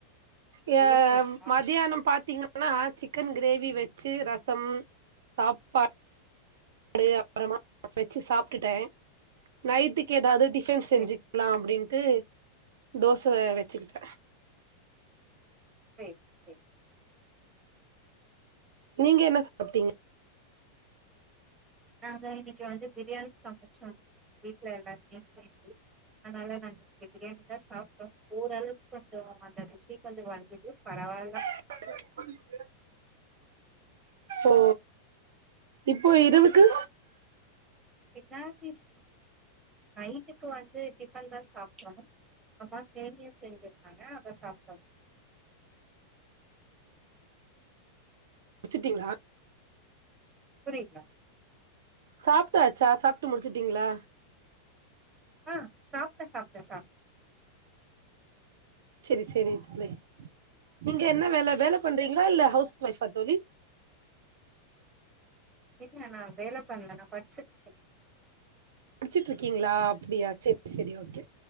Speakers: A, on the right (about 60°); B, on the right (about 15°).
A: ஏ
B: தோசைங்களா
A: மதியானம் பாத்தீங்க னா சிக்கன் கிரேவி வச்சு ரசம் சாப்பா டு அப்புறமா வச்சு சாப்ட்டுட்டே நைட்டுக்கு எதாவது டிஃப ன் செஞ்சிக்கலா
B: சரி சரி
A: அப்டின்ட்டு தோச வச்சிகிட்ட
B: சேர் சேர்
A: நீங்க என்ன சாப்ட்டீங்க
B: நாங்க இன்னைக்கு வந்து பிரியாணி சமைச்சோ வீட்ல எல்லாத்துக்கு சேத்து அதனால நா இன்னைக்கு பிரியாணி தா சாப்பிட்டோ ஓரளவுக்கு கொஞ்ச நல்லாறின்ச்சி கொஞ்ச வந்துட்டு பரவால்ல
A: <unintelligible> ஓ இப்போ இரவுக்கு
B: என்னா பீஸ் நைட்டுக்கு வந்து டிஃபன் தா சாப்ட்ட அம்மா சேமியா செஞ்சுருக்காங்க அதா சாப்ட்டோ
A: வச்சுட்டீங்களா
B: புரியலா
A: சாப்ட்டாச்சா சாப்ட்டு முடிச்சிட்டிங்ளா
B: ஆ சாப்ட்டே சாப்ட்டே சாப்ட்
A: சேரி சேரி தோழி நீங்க என்னால வேல வேல பண்றீங்களா இல்ல ஹவுஸ் ஒய்ஃபா தோழி
B: இல்ல நா வேல பண்ணல்ல நா படிச்சிட்ருக்கே
A: படிச்சிட்டு இருக்கீங்களா அப்டியா சேரி சேரி ஓகே